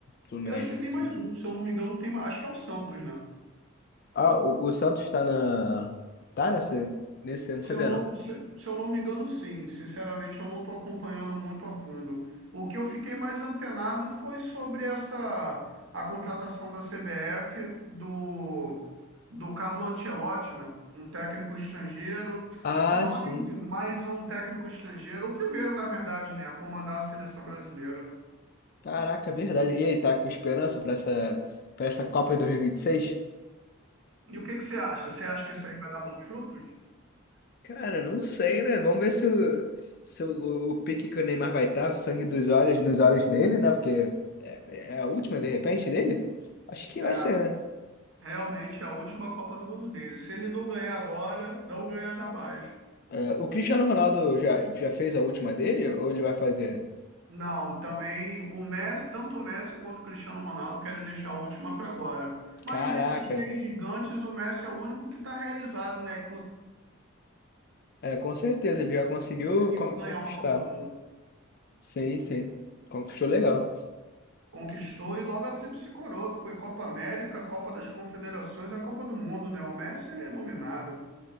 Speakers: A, on the left (about 45°); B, on the right (about 65°).
A: Fluminense.
B: E acho que tem mais um, se eu não me engano, tem, ma- acho que é o Santos, né?
A: Ah, o, o Santos tá na. Tá nessa. Nesse, eu não
B: Se
A: sabia
B: eu não,
A: não.
B: se, se eu não me engano, sim. Sinceramente, eu não estou acompanhando muito a fundo. O que eu fiquei mais antenado foi sobre essa a contratação da CBF do, do Carlo Ancelotti, né? Um técnico estrangeiro,
A: Ah,
B: mais,
A: sim.
B: mais um técnico estrangeiro, o primeiro, na verdade, né, a comandar a seleção brasileira.
A: Caraca, verdade. E aí, tá com esperança pra essa, pra essa Copa de 2026?
B: E o que que você acha? Você acha que isso aí vai dar bons frutos?
A: Cara, não sei, né? Vamos ver se o, se o, o pique que o Neymar vai estar, sangue dos olhos, nos olhos dele, né? Porque é, é a última, de repente, dele? Acho que
B: É,
A: vai ser, né?
B: realmente é a última Copa do Mundo dele. Se ele não ganhar agora, não ganhará mais.
A: É, o Cristiano Ronaldo já, já fez a última dele ou ele vai fazer?
B: Não, também o Messi, tanto o Messi quanto o Cristiano Ronaldo querem deixar a última para agora. Mas
A: Caraca,
B: desses três gigantes, o Messi é o único que está realizado, né? Que
A: é, com certeza, ele já conseguiu
B: conseguiu
A: con-
B: ganhar
A: conquistar.
B: uma Copa do Mundo.
A: Sim, sim. Conquistou legal.
B: Conquistou e logo a tríplice coroa, que foi Copa América, Copa das Confederações e a Copa do Mundo, né? O Messi, ele é iluminado,